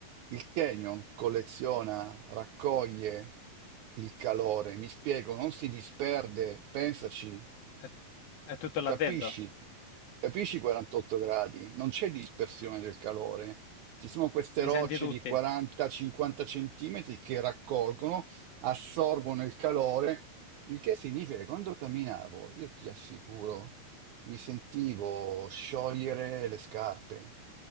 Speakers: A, on the right; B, on the left.
A: il canyon colleziona, raccoglie il calore, mi spiego, non si disperde, pensaci,
B: È, è tutto là
A: Capisci?
B: dentro.
A: Capisci i 48 gradi? Non c'è dispersione del calore. Ci sono queste
B: Li
A: rocce
B: senti tutti?
A: di 40-50 centimetri che raccolgono, assorbono il calore, il che significa che quando camminavo, io ti assicuro, mi sentivo sciogliere le scarpe,